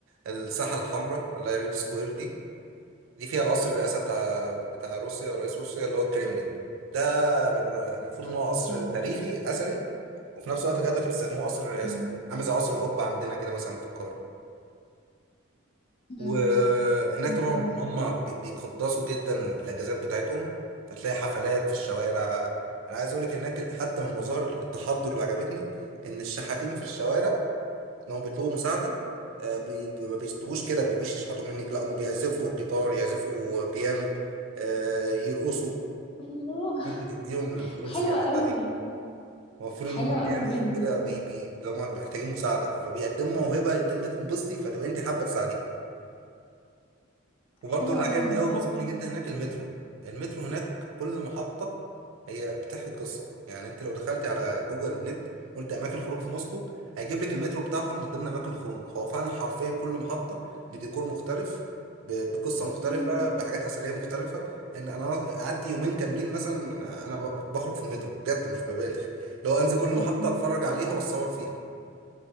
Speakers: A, on the right; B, on the left.
A: الساحه الحمراء اللي هي ريد سكوير دي دي فيها القصر الرئاسة بتاع بتاع روسيا رئيس روسيا اللي هو الكريملين ده بر- المفروض ان هو قصر
B: امم
A: تاريخي اثري وفي نفس الوقت لغايه دلوقتي بيستخدموه قصر الرئاسة
B: امم
A: يعني. عامل زي قصر القبة عندنا كده مثلا في القاهرة وهناك
B: امم
A: طبعا
B: الله
A: هم بي- بيقدسوا جدا الاجازات بتاعتهم فتلاقي حفلات في الشوارع انا عايز اقول لك هناك حتى من مظاهر التحضر اللي عجبتني ان الشحاتين في الشوارع ان هم بيطلبوا مساعده آه، بي- بي- ما بيستووش كده ما بيجوش يشحتوا منك لا هم بيعزفوا جيتار يعزفوا بيانو آه، يرقصوا
B: الله
A: انت تديهم الفلوس
B: حلو
A: يعني
B: قوي
A: بتاع دي المفروض
B: حلو
A: ان دول
B: قوي
A: يعني
B: بجد
A: كده بي بي لما محتاجين مساعده فبيقدموا موهبه انت انت تنبسطي فتبقى انت حابه تساعديه وبرضه
B: حلو
A: اللي
B: قوي
A: عجبني
B: الموضوع
A: قوي بسطني
B: ده بصراحه
A: جدا هناك المترو المترو هناك كل محطه هي بتحكي قصه يعني انت لو دخلتي على جوجل نت قلت اماكن خروج في موسكو هيجيب لك المترو بتاعهم من ضمن اماكن الخروج هو فعلا حرفيا كل محطه بديكور مختلف ب- بقصه مختلفه
B: امم
A: بحاجات اثريه مختلفه ان انا قعدت يومين كاملين مثلا انا أنا ب- بخرج في المترو بجد مش ببالغ لو انزل كل محطه
B: الله
A: اتفرج عليها واتصور فيها